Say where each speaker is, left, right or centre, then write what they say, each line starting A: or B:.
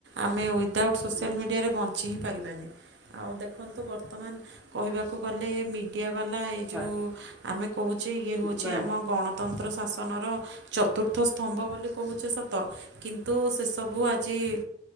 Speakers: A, on the right; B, in the centre.
A: ଆମେ ୱିଦାଉଟ୍ ସୋସିଆଲ୍
B: ହୁଁ
A: ମିଡ଼ିଆରେ ବଞ୍ଚ କିଛି ହିଁ ପାରିବାନି ଆଉ ଦେଖନ୍ତୁ ବର୍ତ୍ତମାନ କହିବାକୁ ଗଲେ ମିଡ଼ିଆ ବାଲା ଯୋଉଁ
B: ଆଜ୍ଞା।
A: ଆମେ କହୁଚେ ଇଏ ହେଉଚି
B: ନାଇଁ
A: ଆମ ଗଣ ସ୍ୱତନ୍ତ୍ର ଶାସନର ଚତୁର୍ଥ ସ୍ତମ୍ଭ ବୋଲି କହୁଚେ ସତ କିନ୍ତୁ ସେ ସବୁ ଆଜି ବି